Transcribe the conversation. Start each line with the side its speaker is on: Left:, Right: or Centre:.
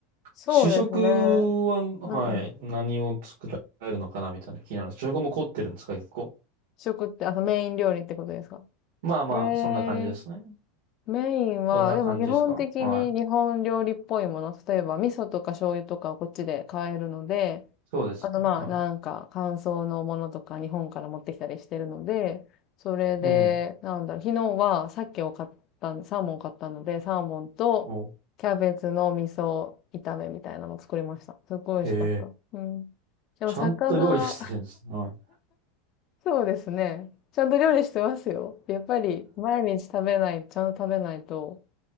Left: そうですね。
Right: 主食は、
Left: うんうん。
Right: はい、何を作られるのかなみたいな気になる。主食も凝ってるんですか、結構。
Left: 食って、あのメイン料理ってことですか
Right: まあまあ、
Left: えー、
Right: そんな感じですね。
Left: メインは、
Right: どんな感じですかはい。
Left: でも基本的に日本料理っぽいもの、例えば味噌とか醤油とかをこっちで買えるので、
Right: そうですね。
Left: あとまあなんか乾燥のものとか日本から持ってきたりしてるので、
Right: はい。
Left: それで、
Right: うん。
Left: なんだろう、昨日は鮭を買ったん、サーモン買ったので、サーモンとキャベツの味噌炒めみたいなのを作りました。
Right: お、
Left: すごい美味しかった。
Right: へえ。
Left: うん。でも魚、
Right: ちゃんと料理してるんですね。はい。
Left: そうですね。ちゃんと料理してますよ。やっぱり毎日食べない、ちゃんと食べないと、